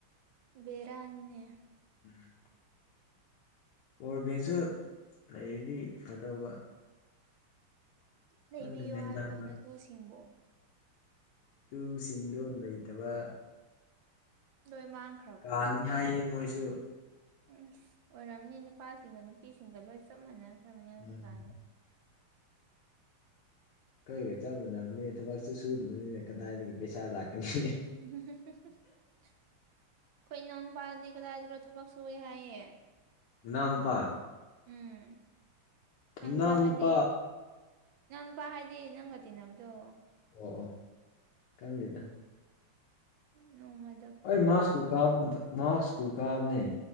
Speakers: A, on the right; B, on the left.
A: ꯕꯦꯔꯅꯤꯅꯦ
B: ꯎꯝ꯫ ꯄꯥꯋꯔ ꯕꯦꯡꯛꯁꯨ ꯂꯩꯔꯗꯤ ꯐꯥꯗꯧꯕ
A: ꯂꯩꯕꯤꯌꯣ
B: ꯈꯪꯗꯦꯅꯦ ꯍꯟꯗꯛ
A: ꯍꯥꯏꯌꯣ
B: ꯃꯔꯛ
A: ꯅꯇꯨꯁꯤꯡꯕꯣ
B: ꯇꯨꯁꯤꯡꯗꫭ ꯂꯩꯇꯕ
A: ꯂꯣꯏꯃꯥꯡ
B: ꯀꯥꯡꯉꯤ ꯍꯥꯏꯌꯦ ꯃꯣꯏꯁꯨ
A: ꯎꯝ ꯑꯣꯏꯔꯝꯅꯤ ꯅꯨꯄꯥꯁꯤꯡꯒ ꯅꯨꯄꯤꯁꯤꯡꯒ ꯂꯣꯏ ꯆꯞ ꯃꯥꯟꯅꯈ꯭ꯔꯥꯕꯅꯤ ꯍꯧꯖꯤꯛꯀꯥꯟꯅꯤ
B: ꯎꯝ ꯑꯩꯈꯣꯏꯒ ꯆꯞ ꯃꯅꯥꯕꯅꯦ ꯊꯕꯛꯁꯨ ꯁꯨꯗꯕꯅꯤꯅ ꯀꯟꯗꯥꯏꯗꯒꯤ ꯄꯩꯁꯥ ꯂꯥꯛꯀꯅꯤ
A: <inaudible> ꯑꯩꯈꯣꯏ ꯏꯅꯥꯎ ꯅꯨꯄꯥꯗꯤ ꯀꯗꯥꯏꯗꯅꯣ ꯊꯕꯛ ꯁꯨꯏꯌꯦ ꯍꯥꯏꯌꯦ
B: ꯏꯅꯥꯎ ꯅꯨꯨꯄꯥ
A: ꯎꯝ ꯏꯅꯥꯎꯅꯨꯄꯥ
B: ꯅꯅꯥꯎꯅꯨꯄꯥ
A: ꯍꯥꯏꯗꯤ ꯏꯅꯥꯎ ꯅꯨꯄꯥ ꯍꯥꯏꯗꯤ ꯅꯪꯒ ꯇꯤꯟꯅꯕꯗꫭ
B: ꯑꯣ ꯑꯣ ꯈꯪꯗꯦꯗ
A: ꯅꯣꯡꯃꯥꯗ
B: ꯑꯩ ꯃꯥꯁ ꯁ꯭ꯀꯨꯜ ꯀꯥꯕꯒꯨꯝ ꯇꯧ ꯃꯥꯁ ꯁ꯭ꯀꯨꯜ ꯀꯥꯕꯅꯦ